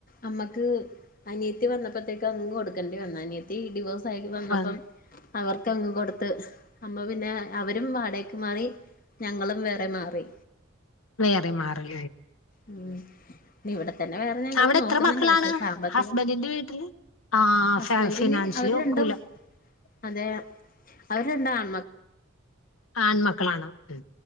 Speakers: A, on the left (about 40°); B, on the left (about 80°).
A: അമ്മക്ക് അനിയത്തി വന്നപ്പോത്തേക്ക് അങ്ങ് കൊടുക്കേണ്ടി വന്ന് അനിയത്തി ഡിവോഴ്സ് ആയി വന്നപ്പം
B: വന്ന്
A: അവർക്കങ് കൊടുത്ത് അമ്മ പിന്നെ അവരും വാടേക്ക്‌ മാറി ഞങ്ങളും വേറെ മാറി
B: വേറെ മാറൽ
A: ഉം ഇവിടെ തന്നെ വേറെ ഞങ്ങൾ
B: അവിടെ
A: നോക്കുന്നുണ്ട്
B: എത്ര മക്കളാണ്
A: പക്ഷെ സാമ്പത്തികം
B: ഹസ്ബൻഡിന്റെ വീട്ടില് ആഹ്
A: ഹസ്ബന്റന്
B: ഫ ഫിനാൻഷ്യലി
A: അവര് രണ്ടും
B: ഒക്കൂല
A: അതെ അവര് രണ്ടും ആണ്മക്കൾ
B: ആൺമക്കളാണ് മ്